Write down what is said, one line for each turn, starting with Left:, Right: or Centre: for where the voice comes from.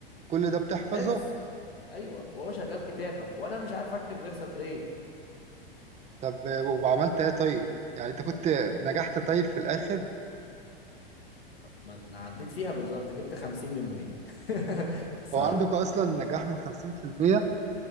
Right: كل ده بتحفظه
Left: حفظ ايوه وهو شغال كتابة وانا مش عارف اكتب غير سطرين
Right: طب آه، وعملت ايه طيب يعني انت كنت نجحت طيب في الاخر
Left: ما انا عديت فيها بالظبط جبت خمسين من مية <laughs> الصراحة
Right: هو عندك اصلا نجاح من 50%